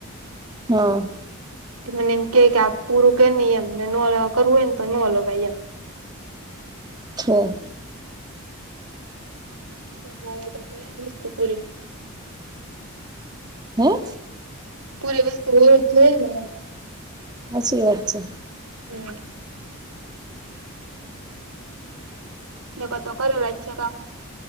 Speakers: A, on the right (about 20°); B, on the right (about 90°).
A: હા.
B: તે મને એમ કે કે આપ પૂરું કેમ નહીં એમને ન કરવું હોય ને તો નો લવા ઈ એમ.
A: છે.
B: તો હોયો તો છે હસ્તપૂરી.
A: હે.
B: પૂરી વસ્તુ હોવી છે ને એમ.
A: હાચી વાત છે.
B: હમ્મ. નકા તો કરું રાખીએ કામ.